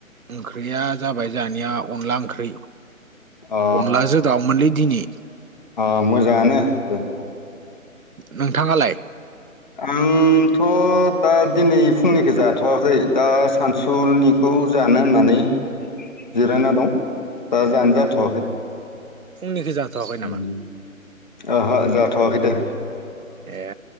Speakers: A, on the right (about 75°); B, on the left (about 35°).
A: ओंख्रिया जाबाय जानिया अनला ओंख्रि
B: अ
A: अनलाजो दाउमोनलै दिनि
B: अ मोजाङानो दे
A: नोंथाङालाय
B: आंथ' दा दिनै फुंनिखौ जाथ'वाखै दा सानसुनिखौ जानो होननानै । जिरायना दं दा जानो जाथ'वाखै
A: फुंनिखौ जाथ'वाखै नामा?
B: उम ओहो जाथ'वाखै दे
A: ए